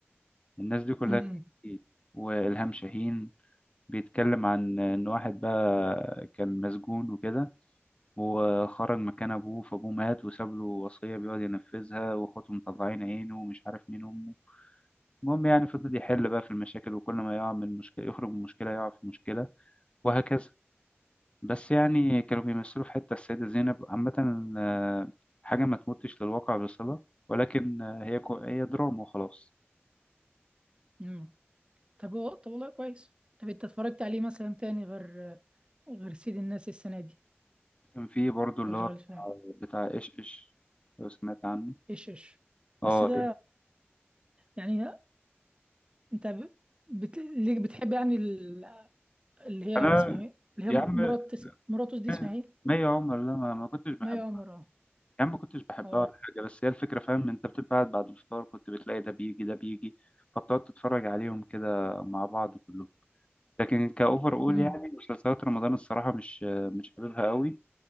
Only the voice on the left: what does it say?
الناس دي كلها
كانت كتير. والهام شاهين بيتكلم عن إن واحد بقى كان مسجون وكده وخرج مكان أبوه فأبوه مات وساب له وصية بيقعد ينفذها وأخواته مطلعين عينه ومش عارف مين أمه المهم يعني فضل يحل بقى في المشاكل وكل ما يقع من مشكلة يخرج من مشكلة يقع في مشكلة وهكذا بس يعني كانوا بيمثلوا في حتة السيدة زينب عامة آه، حاجة ما تمتش للواقع بصلة ولكن آه، هي كو... هي دراما وخلاص
كان في برضو اللي
هو
بتاع إيش إيش لو سمعت عنه
اه
انا
يا
عم
ما
ما يا عمر لا ما, ما كنتش بحبها
يا عم ما كنتش بحبها
ولا حاجه بس هي الفكره فاهم انت بتبقى قاعد بعد الفطار كنت بتلاقي ده بيجي ده بيجي فبتقعد تتفرج عليهم كده مع بعض كلهم لكن كاوفر اول
يعني مسلسلات رمضان الصراحه مش مش حاببها قوي